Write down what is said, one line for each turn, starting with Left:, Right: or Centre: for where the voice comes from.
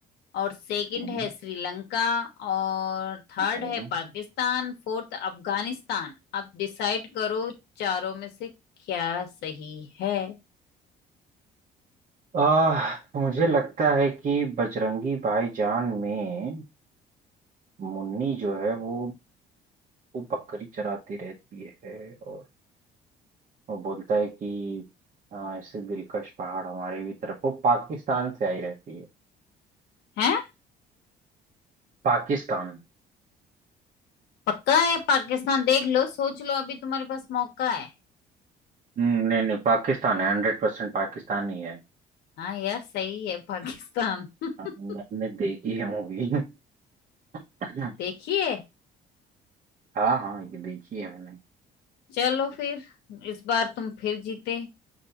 Left: और सेकंड
Right: हम्म,
Left: है श्रीलंका और थर्ड
Right: हम्म।
Left: है पाकिस्तान फोर्थ अफगानिस्तान अब डिसाइड करो चारों में से क्या सही है
Right: आह मुझे लगता है कि बजरंगी भाईजान में मुन्नी जो है वो वो बकरी चराती रहती है और वो बोलता है कि आ, ऐसे दिलकश पहाड़ हमारे भी तरफ वो पाकिस्तान से आई रहती है
Left: हैं
Right: पाकिस्तान
Left: पक्का है पाकिस्तान देख लो सोच लो अभी तुम्हारे पास मौका है
Right: हम्म, नहीं नहीं पाकिस्तान है हंड्रेड परसेंट पाकिस्तान ही है
Left: हाँ यार सही है पाकिस्तान <laughs> अच्छा,
Right: हाँ, मैंने देखी है मूवी <laughs> <clears throat>
Left: देखिए
Right: हाँ हाँ ये देखी है मैंने
Left: चलो फिर इस बार तुम फिर जीते